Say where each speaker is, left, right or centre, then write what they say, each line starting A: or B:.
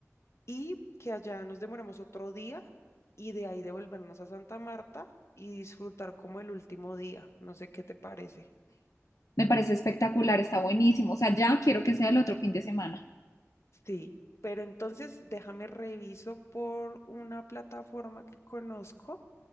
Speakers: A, on the left; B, on the left.
A: y que allá nos demoremos otro día y de ahí devolvernos a Santa Marta y disfrutar como el último día. No sé qué te parece.
B: Me parece espectacular, está buenísimo. O sea, ya quiero que sea el otro fin de semana.
A: Sí, pero entonces déjame reviso por una plataforma que conozco